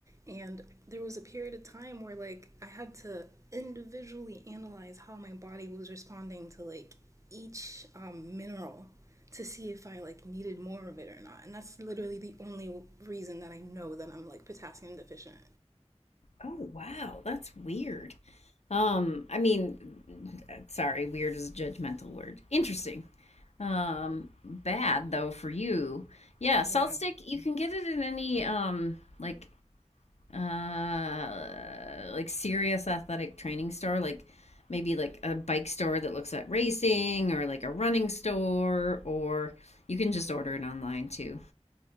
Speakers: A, on the right; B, on the left.
A: And there was a period of time where like I had to individually analyze how my body was responding to like each um, mineral to see if I like needed more of it or not. And that's literally the only reason that I know that I'm like potassium deficient.
B: Oh wow, that's weird. Um, I mean, uh, sorry, weird is a judgmental word. Interesting. Um, bad though for you. Yeah,
A: Oh,
B: salt
A: yeah.
B: stick. You can get it in any um like uh like serious athletic training store, like maybe like a bike store that looks at racing, or like a running store, or you can just order it online too.